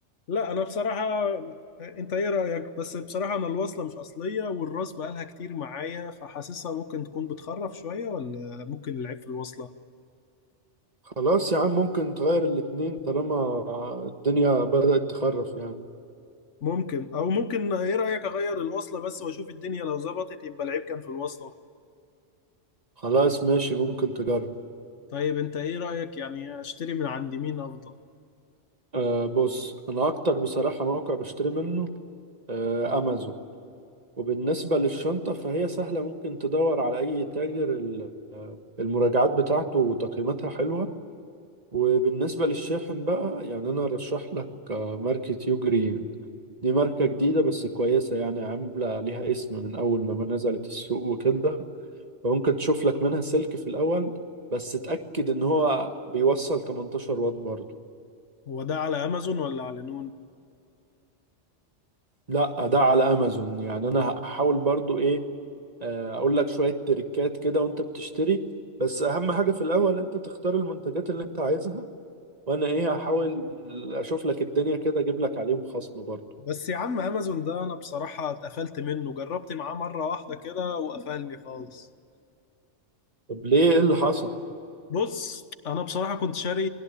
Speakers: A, on the left; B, on the right.
A: لا انا بصراحة انت ايه رأيك بس بصراحة انا الوصلة مش اصلية والراس بقالها كتير معايا فحاسسها ممكن تكون بتخرف شوية ولا ممكن العيب في الوصلة
B: خلاص يا عم ممكن تغير الاتنين طالما الدنيا بدأت تخرف يعني
A: ممكن او ممكن ايه رأيك اغير الوصلة بس واشوف الدنيا لو ظبطت يبقى العيب كان في الوصلة
B: خلاص ماشي ممكن تجرب
A: طيب انت ايه رأيك يعني اشتري من عند مين افضل
B: آه بص انا اكتر بصراحة موقع بشتري منه آه، امازون وبالنسبة للشنطة فهي سهلة ممكن تدور على أي تاجر ال- المراجعات بتاعته وتقييماتها حلوة وبالنسبة للشاحن بقى يعني أنا أرشح لك آه، ماركة يو جرين دي ماركة جديدة بس كويسة يعني عاملة ليها اسم من أول ما نزلت السوق وكده فممكن تشوف لك منها سلك في الأول بس تأكد إن هو بيوصل 18 واط برضه
A: هو ده على امازون ولا على نون
B: لا ده على امازون يعني انا هحاول برضو ايه آه، اقول لك شوية تريكات كده وانت بتشتري بس اهم حاجة في الاول انت تختار المنتجات اللي انت عايزها وانا ايه هحاول اشوف لك الدنيا كده اجيب لك عليهم خصم برضو
A: بس يا عم امازون ده انا بصراحة اتقفلت منه جربت معاه مرة واحدة كده وقفلني خالص
B: طب ليه ايه اللي حصل
A: بص انا بصراحه كنت شاري